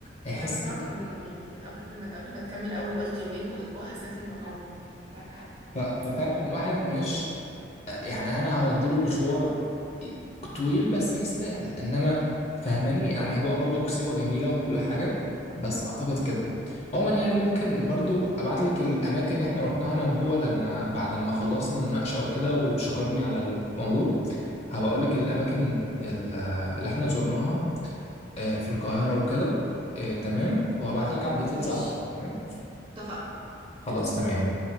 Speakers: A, on the left; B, on the right.
A: هيحس
B: انا اقتنعت
A: إن-
B: عموما يعني من قبل ما من قبل ما تكمل اول ما قلت يومين واسبوع حسيت انه اه معاك حق اقتنعت
A: ف- ففعلا الواحد مش يعني انا هوديله مشوار طويل بس يستاهل انما فهماني يعني هو برضو كسيوة جميلة وكل حاجة بس اعتقد كده عموما يعني ممكن برضو ابعت لك الاماكن اللي احنا رحناها انا وهو لما بعد ما خلصنا مناقشة وكده وشكرني على الموضوع هبقى اقول لك الاماكن ال- اللي احنا زرناها آه، في القاهرة وكده آه، تمام وهبعتها لك على الديتيلز
B: ماشي
A: على الواتس تمام
B: اتفقنا
A: خلاص تمام